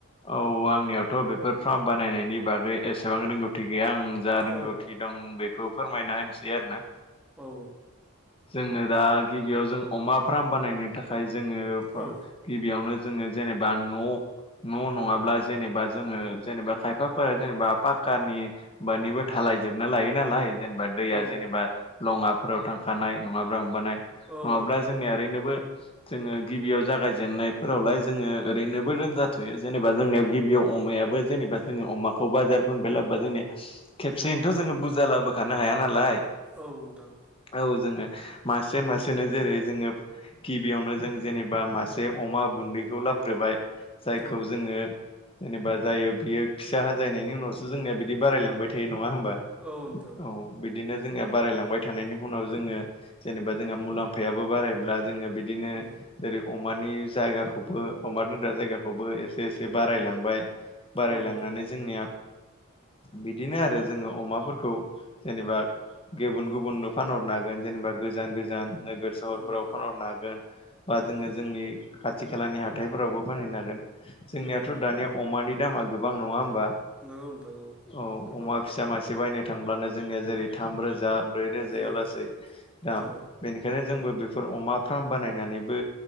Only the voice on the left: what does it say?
औ आंनियावथ‌ बेफोर फ्राब बानायनायनि बागै एसेबां रोंगौथि गैया। आं जा रोंगौथि
दं बेखौ फोरमायना होनोसै आरो ना।
जोंनो दा गिबियाव जों अमा फ्राम बानायनो थाखाय जोङो
गिबियावनो जोङो जेनेबा न न नङाब्ला जेनेबा जोङो जेनेबा खायफाफोरा जेनेबा पाक्कानि बानिबो थाला लायजोबना लायो नालाय जेनेबा दैया
जेनेबा लङाफोराव थांखानाय नङाबा हमबानाय
नङाब्ला
जोंनिया ओरैनोबो जोङो गिबियाव जागायजेननायफोरावलाय जोङो ओरैनोबो रोंजाथयो जेनेबा जों गिबियाव
अमायाबो जेनेबा जोङो अमाखौ बाजारफोरबायलाबा जोंनि खेब जेनथ जोङो
बुजा लाबोखानो हाया नालाय।
औ जोङो मसे मानो जेरै जोङ गिबियावनो जों जेनेबा मासे अमा बेखौ लाबग्रोबाय जायखौ
जोङो जेनेबा जायो बियो फिसा हाजायनायनि उनावसो जोंनिया बिदि बारायलांबाय थायो नङा होमबा?
औ बिदिनो जोंनिया बारायलांबाय थानायनि उनाव जोङो जेनेबा जोंहा मुलाम्फायाबो बारायब्ला जोङो बिदिनो
जेरै अ अमानि जायगाखौबो अमा दोनग्रा जायगाखौबो एसे एसे बारायलांबाय बारायलांनानै
जोंनिया बिदिनो आरो जोङो अमाफोरखौ जेनेबा गुबुन गुबुन
फानहरनो हागोन जेनेबा गोजान गोजान नोगोर सहरफोराव
फानहरनो हागोन बा जोङो
जोंनि खाथि खाथि खालानि हाथायफोरावबो फानहैनांगोन जोंनियाथ
दानिया अमानि दामा गोबां नङा होमबा?
औ
अमा फिसा मासे बायनो थांब्लानो जोंनिया जेरै थाम रोजा ब्रै <unintelligible> ओ
बेनिखायनो जोंबो बेफोर अमा फार्म बानायनानैबो